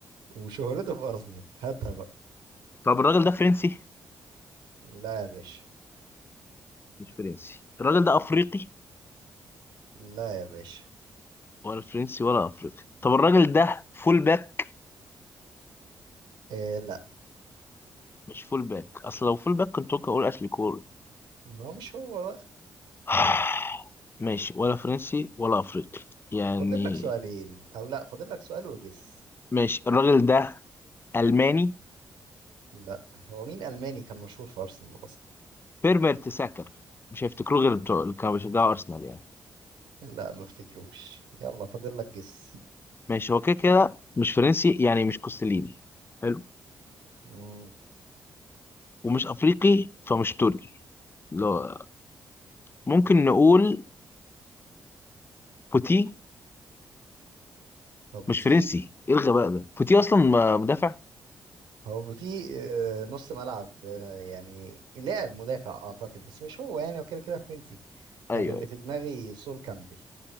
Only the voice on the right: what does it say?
وشهرته في ارسنال هاتها بقى
لا يا باشا
لا يا باشا
إيه لا
ما هو مش هو بقى
فاضل لك سؤالين او لا فاضل لك سؤال وجس
لا هو مين الماني كان مشهور في ارسنال اصلا
لا ما افتكروش يلا فاضل لك جس
مم.
هو بوتي
هو بوتي آه، نص ملعب آه، يعني لاعب مدافع اعتقد بس مش هو يعني هو كده كده فرنسي
يعني اللي
في دماغي سول كامبل